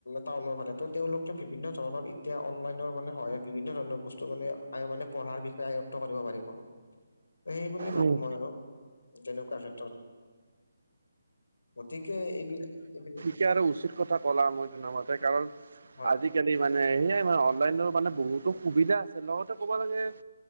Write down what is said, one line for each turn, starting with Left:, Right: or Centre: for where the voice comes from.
Left: টাউনৰ ফালে ত তেওঁলোকে বিভিন্ন ধৰণৰ এতিয়া অনলাইনৰ মানে সহায়। বিভিন্ন ধৰণৰ বস্তু মানে আয় মানে পঢ়াৰ বিষয়ে আয়ত্ব কৰিব পাৰিব। সেই বুলিয়ে ভাবোঁ
Right: উম,
Left: মই আৰু তেনেকুৱা ক্ষেত্ৰত। গতিকে, এইবিলাক এইবিলাক।
Right: এতিয়া আৰু উচিত কথা ক'লা মই জনামতে, কাৰণ
Left: হয়
Right: আজিকালি মানে সেয়াই অনলাইন মানে বহুতো সুবিধা আছে লগতে ক'ব লাগে